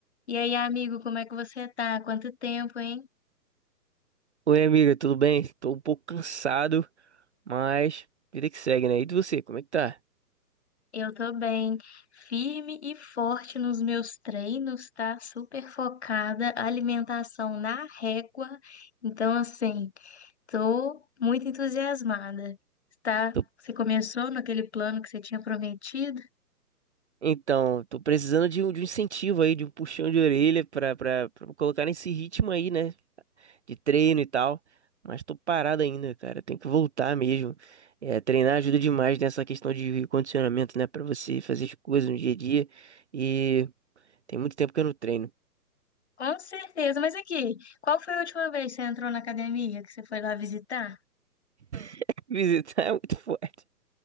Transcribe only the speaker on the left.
E aí, amigo, como é que você tá? Quanto tempo, hein?
Eu tô bem, firme e forte nos meus treinos, tá? Super focada, alimentação na régua. Então, assim, tô muito entusiasmada, tá?
Você começou naquele plano que você tinha prometido?
Com certeza, mas aqui, qual foi a última vez que você entrou na academia, que você foi lá visitar?